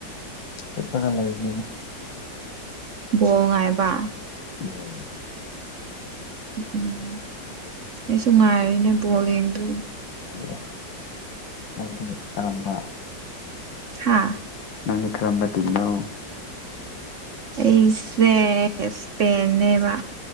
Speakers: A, on the left; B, on the right.
A: ꯍꯤꯞꯄꯒꯥ ꯂꯩꯔꯤꯅꯤꯗ
B: ꯕꯣꯜ ꯉꯥꯏꯕ
A: ꯑꯣ
B: ꯎꯝ ꯑꯩꯁꯨ ꯉꯥꯏꯔꯤꯅꯦ ꯕꯣꯜ ꯌꯦꯡꯗꯣꯏꯅꯤ
A: ꯑꯣ ꯅꯪꯗꯤ ꯇꯥꯡꯕ
B: ꯍꯥꯥ
A: ꯅꯪꯗꯤ ꯈꯔꯝꯕ ꯇꯤꯟꯅꯣ
B: ꯑꯩꯁꯦ ꯁ꯭ꯄꯦꯟꯅꯦꯕ